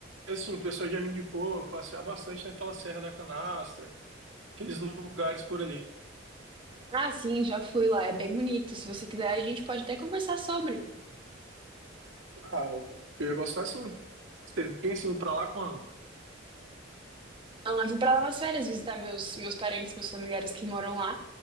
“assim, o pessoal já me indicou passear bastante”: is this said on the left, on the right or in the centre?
Right